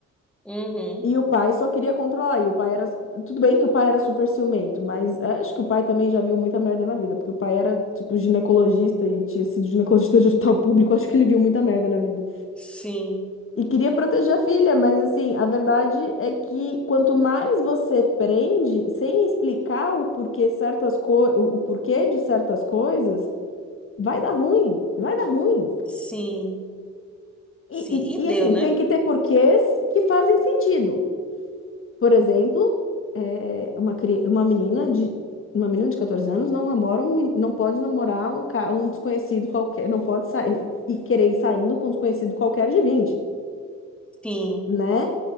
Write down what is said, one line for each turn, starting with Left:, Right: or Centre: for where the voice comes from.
Centre: uhum.
Left: E o pai só queria controlar. E o pai era. Tudo bem que o pai era super ciumento, mas é, acho que o pai também já viu muita merda na vida, porque o pai era, tipo, ginecologista e tinha sido ginecologista de hospital público. <laughs> Acho que ele viu muita merda na vida.
Centre: Sim,
Left: E queria proteger a filha, mas assim, a verdade é que quanto mais você prende, sem explicar o porquê certas co... o o porquê de certas coisas, vai dar ruim, vai dar ruim.
Centre: sim,
Left: E,
Centre: sim. E
Left: e,
Centre: deu,
Left: e assim,
Centre: né?
Left: tem que ter porquês que fazem sentido. Por exemplo, é, é, uma, cri- uma menina de uma menina de 14 anos não namora um, men- não pode namorar um, ca- um desconhecido qualquer, não pode sair e querer ir saindo com um desconhecido qualquer de vinte
Centre: Sim.
Left: né?